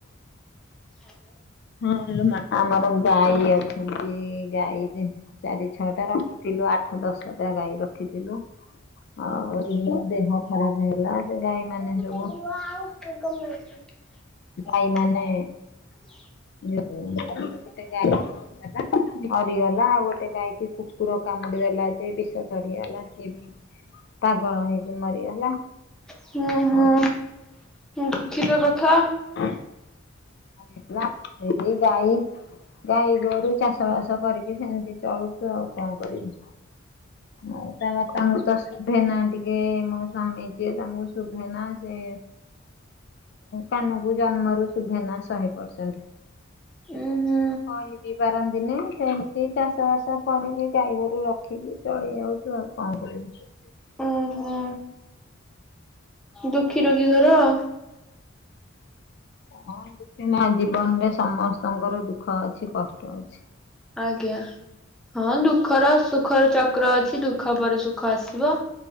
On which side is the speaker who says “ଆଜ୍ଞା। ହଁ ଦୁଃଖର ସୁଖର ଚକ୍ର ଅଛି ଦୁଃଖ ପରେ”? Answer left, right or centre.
Centre